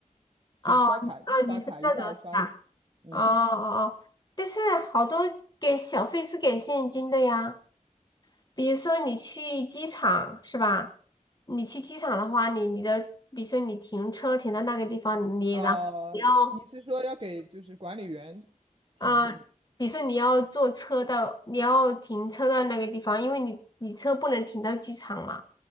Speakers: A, on the left (about 30°); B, on the right (about 40°).
A: 哦哦，
B: 就是刷卡刷卡一下刷，
A: 你是那种是吧？
B: 嗯
A: 哦哦哦，但是好多给小费是给现金的呀，比如说你去机场是吧？你去机场的话，你你的比如说你停车停到那个地方，你然后你要
B: 啊、你是说要给就是管理员钱是吗？
A: 啊，比如说你要坐车到，你要停车到那个地方，因为你你车不能停到机场嘛，